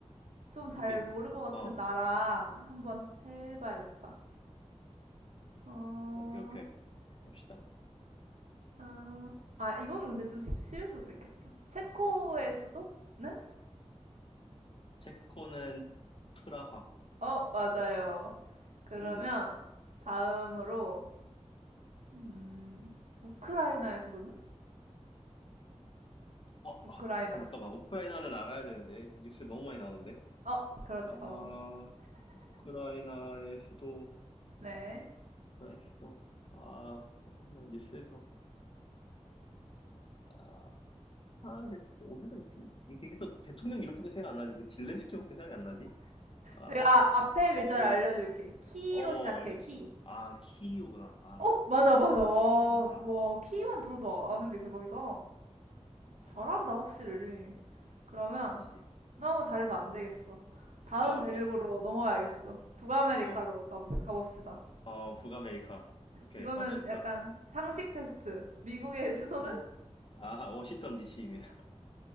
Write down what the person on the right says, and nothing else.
좀 잘
모를 것 같은
나라 한번 해봐야겠다. 어,
어, 아 이거는 근데 좀 쉽- 쉬울 수도 있겠다. 체코의 수도는?
어 맞아요. 그러면
다음으로 음, 우크라이나에서도는?
우크라이나.
어, 그렇죠.
네.
내가 앞에
글자를 알려줄게. 키로
시작해,
키.
어, 맞아, 맞아. 와,
와, 키만 들어도 아는 게 대박이다.
잘한다, 확실히. 그러면
너무 잘해서 안 되겠어. 다음
대륙으로
넘어가야겠어. 북아메리카로
가, 가봅시다.
이거는
약간 상식 테스트. 미국의 수도는?